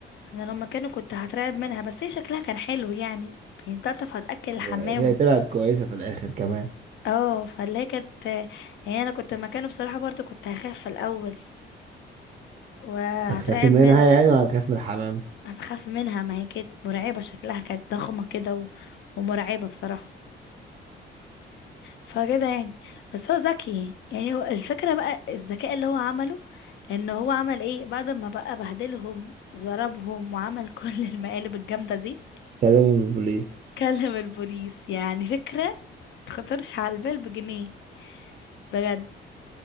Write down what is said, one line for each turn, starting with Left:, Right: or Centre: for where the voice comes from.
Left: انا لما كانوا كنت هترعب منها بس هي شكلها كان حلو يعني يعني بتعرف هتأكل الحمام
Right: وهي طلعت كويسة في الآخر كمان
Left: اه فاللي هي كانت يعني انا كنت مكانه بصراحة برضو كنت هخاف في الاول وهترعب
Right: هتخافي منها
Left: منها
Right: يعني ولا هتخاف من الحمام
Left: هتخاف منها ما هي كانت مرعبة شكلها كانت ضخمة كده و... ومرعبة بصراحة فكده يعني بس هو ذكي يعني هو الفكرة بقى الذكاء اللي هو عمله ان هو عمل ايه بعد ما بقى بهدلهم وضربهم وعمل كل <laughs> المقالب الجامدة دي
Right: سلام من البوليس
Left: كلم البوليس يعني فكرة تخطرش على البال بجنيه بجد